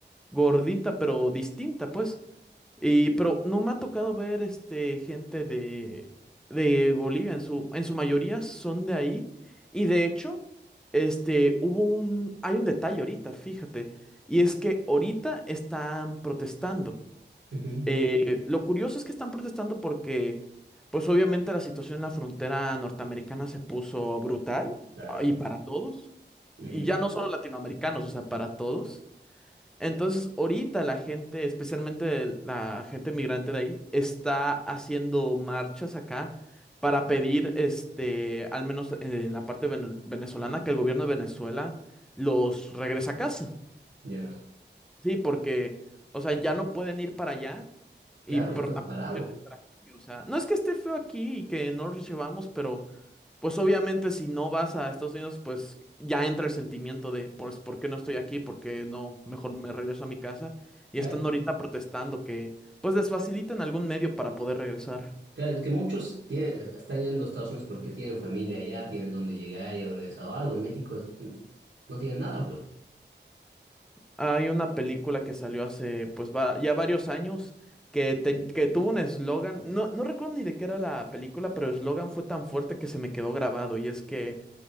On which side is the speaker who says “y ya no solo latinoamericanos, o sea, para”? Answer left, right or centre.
Centre